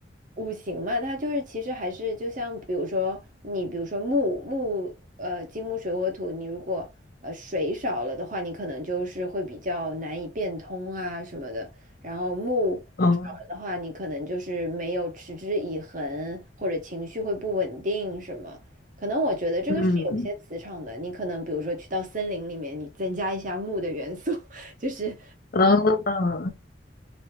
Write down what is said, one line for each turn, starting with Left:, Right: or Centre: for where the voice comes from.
Right: 五行嘛，它就是其实还是就像比如说你比如说木木呃金木水火土，你如果呃水少了的话，你可能就是会比较难以变通啊什么的，然后木少了的话，
Left: 嗯
Right: 你可能就是没有持之以恒，或者情绪会不稳定什么。可能我觉得这个是有些磁场的，
Left: 嗯，
Right: 你可能比如说去到森林里面，你增加一下木的元素，<laughs> 就是。
Left: 啊，